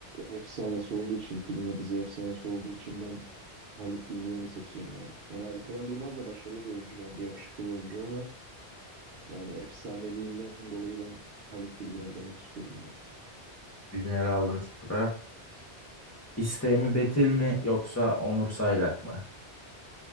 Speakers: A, on the right (about 60°); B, on the left (about 15°).
A: efsanesi olduğu için, film ve dizi efsanesi olduğu için ben Haluk Bilginer'i seçeceğim ya. Yani Alperen Duymaz da başarılı bir oyuncu bence, yakışıklı bir oyuncu ama Yani efsaneliğinden dolayı ben Haluk Bilginer demek istiyorum buna.
B: Bilginer'i aldım üst tura. İsteği mi Betil mi yoksa Onur Saylak mı?